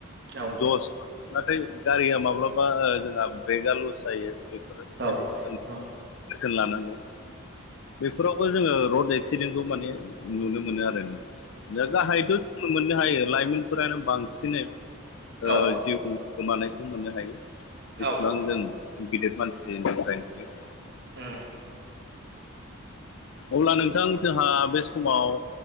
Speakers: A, on the right (about 50°); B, on the left (about 65°).
A: औ
B: जस नाथाय गारिया माब्लाबा जोंहा ब्रेकआ लुस जायो बेफोरबायदिखौ
A: औ
B: जों
A: औ
B: जोथोन लानांगौ बेफोरावबो जोङो रड एक्सिडेन्टखौ माने नुनो मोनो आरो दा गाहायैथ' जोंङो मोननो हायो लाइमोनफोरानो बांसिनै ओ
A: औ
B: जिउ गोमानायखौ मोननो हायो जसेबां
A: औ
B: जों गिदिर मानसिनि थाखायनो <inaudible>
A: ओम
B: अब्ला नोंथां जोंहा बे समाव